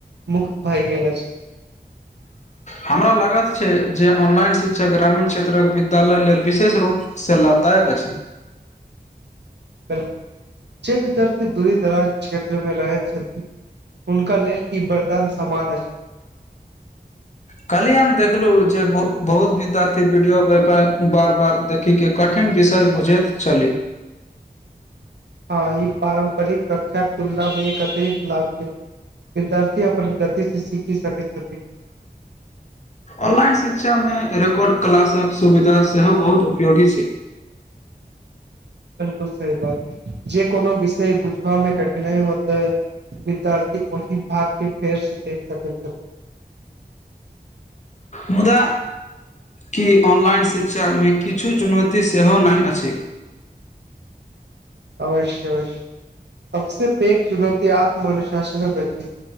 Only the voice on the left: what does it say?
हमरा लागत छय जे ऑनलाइन शिक्षा ग्रामीण क्षेत्रक विद्यालय लेल विशेष रूपसँ लाभदायक अछि
कहली हम देखलु जे बहुत विद्यार्थी वीडियो बार बार देखिक के कठिन विषय बुझैत छली
ऑनलाइन शिक्षा में रेकॉर्ड क्लासक सुविधा सेहो बहुत उपयोगी छै
मुदा की ऑनलाइन शिक्षा में किछु चुनौती सेहो नहि अछि